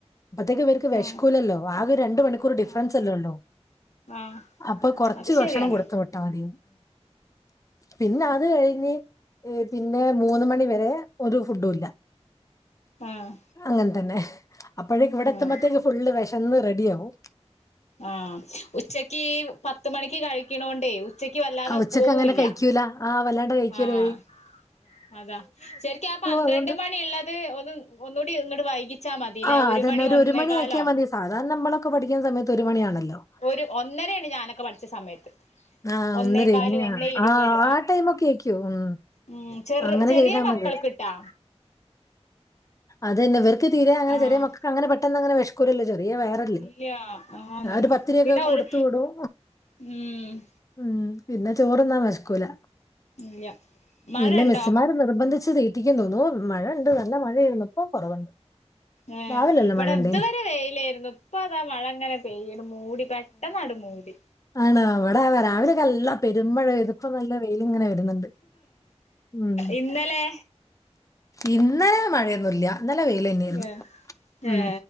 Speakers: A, on the left; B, on the left.
A: അപ്പത്തേക്ക് ഇവര്ക്ക് വിശകൂലല്ലോ
B: ആഹ്
A: ആക ഒരു രണ്ട് മണിക്കൂർ ഡിഫറൻസ്
B: ആഹ്
A: അല്ലോ ഉള്ളു
B: ആഹ്
A: അപ്പൊ കൊറച്ച്
B: അത്
A: ഭക്ഷണം
B: ശരിയാണ്
A: കൊടുത്ത വിട്ട ട്ടാതി പിന്നെ അത് കഴിഞ്ഞ് പി പിന്നെ മൂന്ന് മണിവരെ ഒരു ഫുഡും ഇല്ല
B: ആഹ്
A: അങ്ങനെ തന്നെ അപ്പോഴേക്ക് ഇവിടെ
B: ആഹ്
A: എത്തുമ്പോഴത്തേക്ക് ഫുള്ള് വിശന്ന് റെഡി ആകും
B: ആഹ് ഉച്ചക്ക് പത്ത് മണിക്ക് കഴിക്കണോണ്ടേ ഉച്ചക്ക് വല്ലാതെ
A: ആ ഉച്ചക്ക്
B: പോവൂല്ല
A: അങ്ങനെ കഴിക്കൂല ആഹ് വല്ലാണ്ട കഴിക്കലോര്
B: ആഹ് അതാ ശരിക്ക ആഹ് പന്ത്രണ്ട്
A: അതുകൊണ്ട്
B: മണിയ ഉള്ളത് ഒന്ന് ഒന്നുകൂടി ഒന്നോട്ടട് വൈകി ഉച്ചാ മതില്ലേ
A: ആ
B: ഒരു
A: അതന്നെ
B: മണി ഒന്നേക്കാലോ
A: ഒരു മണിയാക്കിയാൽ മതി സാധാരണ നമ്മളൊക്കെ പഠിക്കുന്ന സമയത്ത് ഒരു മണിയാണല്ലോ
B: ഒരു ഒന്നരയാണ് ഞാനൊക്കെ പഠിച്ച സമയത്ത്
A: ആഹ്
B: ഒന്നേകാല്
A: ഒന്നര
B: ഒന്നേ ഇരുപത്
A: ആഹ് ആഹ് ടൈമ ഒക്കെ ആയിക്കും ഉം
B: ഉം ചെറ
A: അങ്ങനെ
B: ചെറിയ
A: ചെയ്താൽ
B: മക്കൾ
A: മതി
B: കിട്ടാ
A: അതന്നെ ഇവർക്ക് തീരെ അങ്ങനെറിയക്ക്
B: ആഹ്
A: അങ്ങനെ പെട്ടെന്ന് അങ്ങനെ വി ല്ലേ ചെറിയ വയറല്ലേ
B: ഇല്ല ആന്ന്
A: ഒരു പത്തിരക്കെ
B: പിന്നെ
A: കൊടുത്ത്
B: ഒരു
A: വിടും
B: ഉം
A: ഉം പിന്നെ ചോറന്നാ വെശക്കൂല
B: ഇല്ല മഴ
A: പിന്നെ
B: ഉണ്ടോ
A: മിസ്സുമാർ നിർബന്ധിച്ച് തീറ്റിക്കൻ തോന്നുന്നു മഴ ഉണ്ട് നല്ല മഴയുന്നപ്പോ കുറവുണ്ട്
B: ആഹ്
A: രാവിലെ അല്ല
B: ഇവിട
A: മഴ ഉണ്ടേനി
B: ഇതുവരെ വെയിലായിരുന്നു ഇപ്പ അതാ മഴ അങ്ങനെ പെയ്യും മൂടി പെട്ട നടുമൂടി
A: ആണ് അവിടെ രാവിലെക്കെല്ലാം പെരുമഴോ ഇതിപ്പ നല്ല വെയില ഇങ്ങനെ വരുന്നുണ്ട് ഉം
B: ഇന്നലെ
A: ഇന്നലെ മഴയൊന്നുല്ല്യ ഇന്നലെ വെയിലന്നെരുന്നു
B: ഏ
A: ഉം
B: ഏ